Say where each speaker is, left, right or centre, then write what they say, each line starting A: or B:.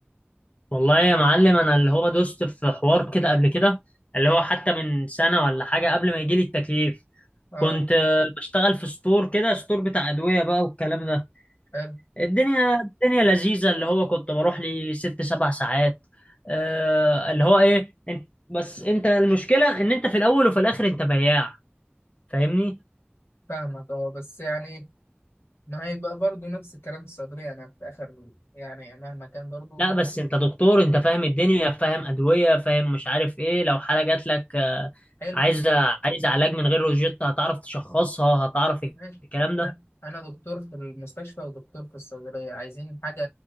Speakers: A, on the left; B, on the left.
A: والله يا معلم انا اللي هو دوست في حوار كده قبل كده اللي هو حتى من سنة ولا حاجة قبل ما يجيلي التكليف
B: أه
A: كنت آه، بشتغل في ستور كده ستور بتاع أدوية بقى والكلام ده
B: حلو
A: الدنيا الدنيا لذيذة اللي هو كنت بروح لي ست سبع ساعات آه اللي هو ايه انت بس انت المشكلة ان انت في الاول وفي الاخر انت بياع فاهمني
B: فاهمك أه بس يعني ما هيبقى برضه نفس الكلام في الصيدلية أنا في الآخر يعني مهما كان برضه
A: لا بس انت دكتور انت فاهم الدنيا فاهم ادويه فاهم مش عارف ايه لو حاله جات لك آه،
B: حلو
A: عايزه عايزه علاج من غير روجيتا هتعرف تشخصها هتعرف
B: ماشي
A: الكلام ده
B: انا انا دكتور في المستشفى ودكتور في الصيدليه عايزين حاجه